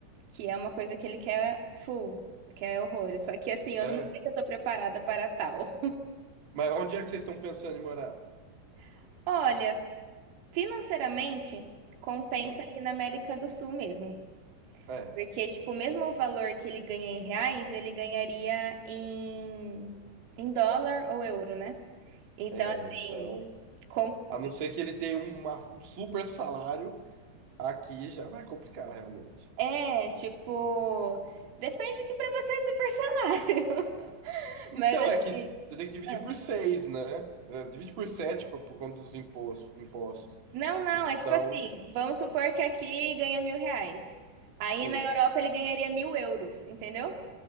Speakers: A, on the right; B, on the right.
A: que é uma coisa que ele quer full, quer horrores. Só que assim, eu
B: É.
A: não sei que eu tô preparada para tal.
B: Mas onde é que vocês estão pensando em morar?
A: <laughs> Olha, financeiramente, compensa
B: Ah,
A: aqui na América do Sul mesmo.
B: É.
A: Porque, tipo, mesmo o valor que ele ganha em reais, ele ganharia em, em dólar ou euro, né? Então,
B: É,
A: assim,
B: então,
A: com-
B: a não ser que ele tenha um, uma- um super salário, aqui já vai complicar, realmente.
A: é, tipo, depende que para você é super salário. <laughs>
B: Então,
A: Mas assim.
B: é que s- você tem que dividir
A: ah,
B: por seis, né? É, divide por sete por, por conta dos impostos, impostos.
A: Não, não,
B: Então,
A: é tipo assim, vamos supor que aqui ganha mil reais. Aí
B: sim.
A: na Europa ele ganharia mil euros, entendeu?